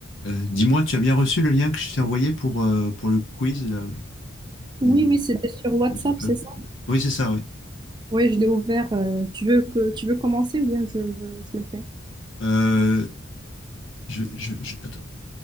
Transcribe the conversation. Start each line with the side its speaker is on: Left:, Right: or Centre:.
Left: Euh, dis-moi, tu as bien reçu le lien que je t'ai envoyé pour, euh, pour le quiz, là, pour qu'on
Right: Oui, oui, c'était sur WhatsApp,
Left: amuse un peu.
Right: c'est ça?
Left: Oui, c'est ça, oui.
Right: Oui, je l'ai ouvert. euh, tu veux que tu veux commencer ou bien je, je, je le fais?
Left: Euh, je, je- je- attends,